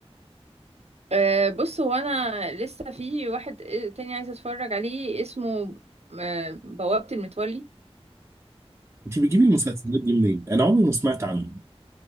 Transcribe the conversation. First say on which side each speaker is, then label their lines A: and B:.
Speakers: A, on the right (about 80°); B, on the right (about 25°).
A: أه بص هو انا لسه في واحد آه، تاني عايزة اتفرج عليه اسمه أه بوابة المتولي
B: انت بتجيبي المسلسلات دي منين انا عمري ما سمعت عنه